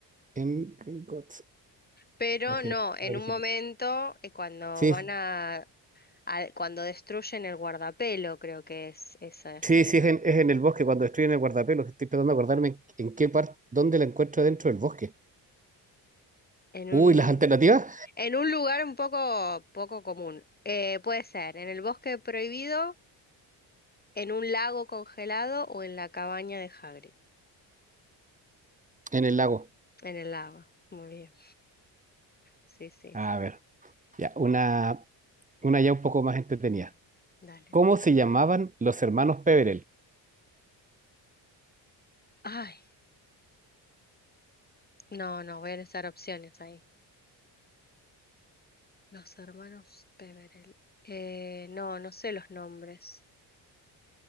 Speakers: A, on the right; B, on the left.
A: en Gringotts,
B: Pero
A: y al final
B: no, en
A: era la original.
B: un momento, eh, cuando
A: Sí,
B: van a, a- cuando destruyen el guardapelo, creo que es esa escena.
A: Sí, sí, es en, es en el bosque, cuando estoy en el guardapelo. que Estoy tratando de acordarme en, en qué parte, dónde la encuentro dentro del bosque.
B: En
A: Uy,
B: un,
A: las alternativas
B: en un lugar un poco, poco común. Eh, puede ser en el bosque prohibido, en un lago congelado o en la cabaña de Hagrid.
A: en el lago.
B: En el lago. Muy bien. Sí, sí,
A: A
B: sí.
A: ver, ya, una, una ya un poco más entretenida.
B: Dale.
A: ¿Cómo se llamaban los hermanos Peverell?
B: Ay, no, no, voy a necesitar opciones ahí. Los hermanos Peverell. Eh, no, no sé los nombres.